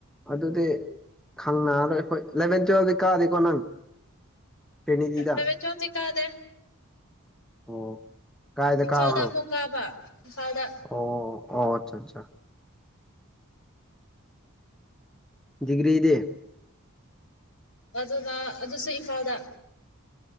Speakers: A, in the centre; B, on the left.
A: ꯑꯗꯨꯗꯤ ꯈꯪꯅꯔꯣꯏ ꯑꯩꯈꯣꯏ ꯏꯂꯚꯦꯟ ꯇꯨꯋꯦꯜꯞꯗꯤ ꯀꯥꯗꯤꯀꯣ ꯅꯪ ꯇ꯭ꯔꯤꯅꯤꯇꯤꯗ
B: ꯑ ꯃ ꯆꯣ ꯁꯤꯤꯀꯥꯗꯦ
A: ꯑꯣ ꯀꯥꯏꯗ
B: ꯏꯝꯐꯥꯜꯗ
A: ꯀꯥꯕꯅꯣ
B: ꯑꯃꯨꯛ ꯀꯥꯕ ꯏꯝꯐꯥꯜꯗ
A: ꯑꯣ ꯑꯣ ꯑꯠꯆꯥ ꯑꯠꯆꯥ ꯗꯤꯒ꯭ꯔꯤ ꯏꯦ
B: ꯑꯗꯨꯅ ꯑꯗꯨꯁꯨ ꯏꯝꯐꯥꯜꯗ